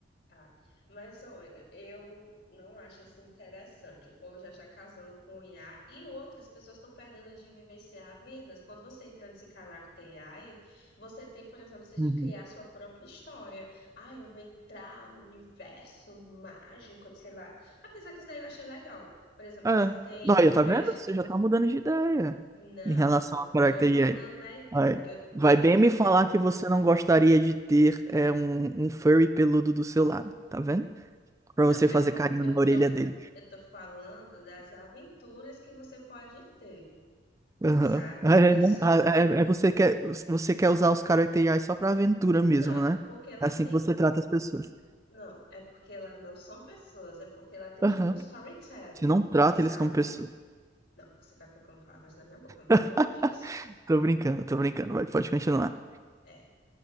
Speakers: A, on the left; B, on the right.
A: Ah, mas olha, eu não acho isso interessante. O povo já já casando com IA e outras pessoas estão perdendo de vivenciar vidas. Quando você entra nesse caráter AI, você tem, por exemplo, você
B: Uhum.
A: de criar sua própria história. Ah, eu vou entrar no universo mágico, sei lá. Apesar que isso daí eu achei legal. Por exemplo,
B: É.
A: você tem,
B: Olha,
A: ao invés.
B: tá vendo? Você já tá mudando de ideia
A: Não,
B: em relação
A: não
B: à
A: tô
B: Project AI.
A: mudando a ideia.
B: Aí,
A: Eu,
B: Vai
A: eu,
B: bem
A: eu,
B: me falar
A: eu
B: que você não gostaria de ter é, um, um furry peludo do seu lado, tá vendo? Pra
A: Não,
B: você
A: é
B: fazer
A: porque
B: carinho
A: eu
B: na orelha
A: tô,
B: dele.
A: eu tô falando das aventuras que você pode ter,
B: Aham.
A: sabe
B: <laughs> É,
A: nisso?
B: né? Ah, é- é é, você quer, você quer usar os Character só pra aventura mesmo,
A: Não,
B: né?
A: porque lá
B: É assim
A: tem.
B: que você trata as pessoas.
A: Não, é porque lá não são pessoas, é porque lá tem
B: Aham.
A: tipo storytelling,
B: Você não trata
A: sabe?
B: eles como pessoas.
A: Não, você tá colocando palavras na minha boca, eu não tô
B: <laughs>
A: falando disso.
B: Tô brincando, tô brincando. Vai, pode continuar.
A: É,